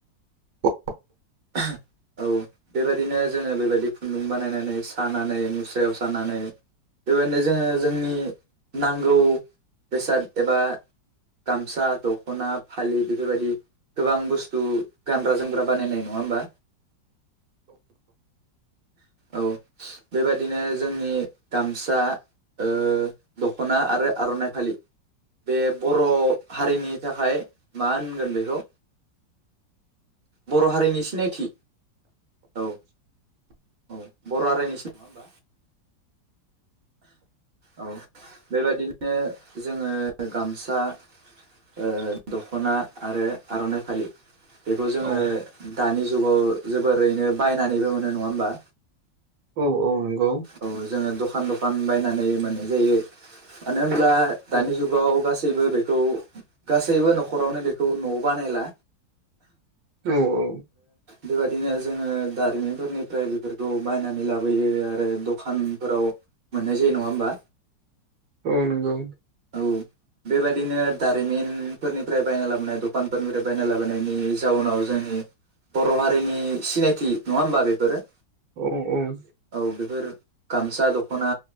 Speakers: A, on the right; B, on the right.
A: अ
B: <inaudible> औ बेबायदिनो जोङो बेबायदि खुन्दुं बानायनानै सानानै मुस्रायाव सानानै बेबादिनो जोङो जोंनि नांगौ बेसाद एबा गामसा दखना फालि बेफोरबायदि गोबां बुस स्थु गानग्रा जोमग्रा बानायनाय नङा होमबा औ बेबादिनो जोंनि गामसा ओ दखना आरो आरनाइ फालि। बे बर हारिनि थाखाय मा होनगोन बेखौ बर हारिनि सिनायथि औ औ बर रायनोसो नङा होमबा औ बेबादिनो जोङो गामसा ओ दखना आरो आरनाइ फालि बेखौ जोङो
A: औ
B: दानि जुगाव जोबोरैनो बायनानैबो मोनो नङा होमबा
A: औ औ नंगौ
B: औ जोङो दखान दखान बायनानै मोननाय जायो मानो होन ब्ला दानि
A: औ
B: जुागाव गासै गासैबो बेखौ गासैबो नखरावनो बेखौ नआव बानायला
A: औ औ
B: बेबायदिनो जोङो दारिमिनफोरनिफ्राय बेफोरखौ बायनानै लाबोयो आरो दखानफोराव मोननाय जायो नङा होमबा
A: औ नंगौ
B: औ बेबायदिनो दारिमिनफोरनिफ्राय बायना लाबोनाय दखानफोरनिफ्राय बायना लाबोनायनि जाउनाव जोंनि बर हारिनि सिनायथि नङा होमबा बेफोरो।
A: औ औ
B: औ बेफोर गामसा दखना